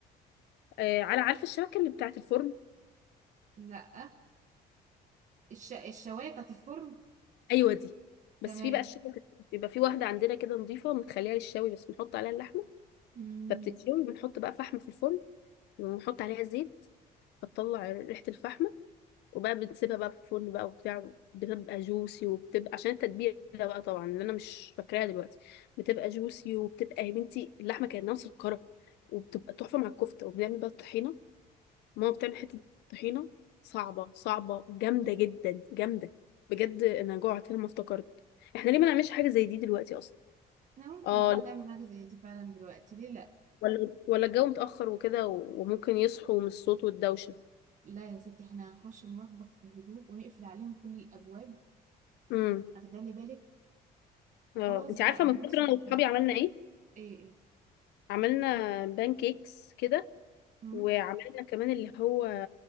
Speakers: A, on the left; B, on the right.
A: آه على عارفه الشبكه اللي بتاعه الفرن
B: لا الش... الشوايه بتاعت الفرن
A: ايوه دي بس
B: تمام
A: في بقى الشبكه بيبقى في واحده عندنا كده نظيفه بنخليها للشوي بس بنحط عليها اللحمه
B: مم.
A: فبتتشوي بنحط بقى فحم في الفرن ونحط عليها زيت فتطلع ريحه الفحم وبقى بتسيبها بقى في الفرن بقى وبتاع بتبقى جوسي وبتبقى عشان التتبيله بقى طبعا اللي انا مش فاكراها دلوقتي بتبقى جوسي وبتبقى يا بنتي اللحمه كانها مسكره وبتبقى تحفه مع الكفته وبنعمل بقى الطحينه ماما بتعمل حته طحينه صعبه صعبه جامده جدا جامده بجد انا جوعت لما افتكرت احنا ليه ما نعملش حاجه زي دي دلوقتي اصلا
B: احنا ممكن
A: اه
B: اه
A: لا،
B: نعمل حاجه زي دي فعلا دلوقتي ليه لا
A: ولا ولا الجو متاخر وكده و- وممكن يصحوا من الصوت والدوشه
B: لا يا ستي احنا هنخش المطبخ في هدوء ونقفل عليهم كل الابواب
A: امم
B: اخدالي بالك
A: اه
B: خلاص
A: انت
B: بقى
A: عارفه من
B: ما
A: فتره
B: حدش ياخد
A: انا واصحابي
B: باله
A: عملنا ايه
B: ايه ايه
A: عملنا بان كيكس كده
B: مم.
A: وعملنا كمان اللي هو